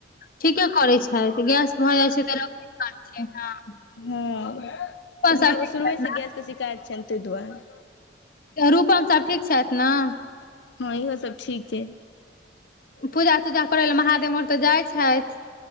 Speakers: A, on the left; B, on the left.
A: ठीके करै छैथ, गैस भऽ जाइ छैय तऽ लोक की करथिन।
B: हां तऽ
A: रूपम सब ठीक
B: पप्पा के शुरुए
A: छथि
B: से गैस के शिकायत छनि ताहि दुआरे
A: रूपम सभ ठीक छथि नैय
B: हां इहो सब ठीक छैय।
A: पूजा-तूजा करै लए महादेव आर तऽ जाइ छथि।